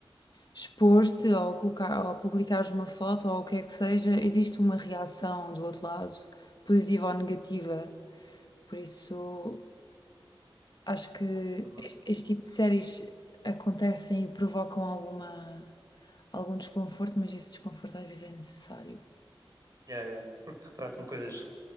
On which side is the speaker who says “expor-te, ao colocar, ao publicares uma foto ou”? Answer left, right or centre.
Left